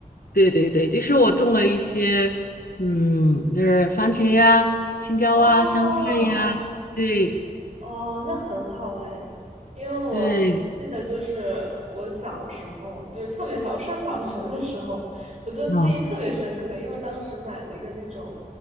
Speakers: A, on the left; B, on the right.
A: 对对对，就是我种了一些嗯，就是番茄呀、青椒啊、
B: 哦，
A: 香菜呀，对
B: 哦，那很好哎，因为我记得就是我小时候，
A: 对，
B: 就是特别小，我上小学的时候，我就记忆特别深刻，
A: 好，
B: 因为当时买了一个那种，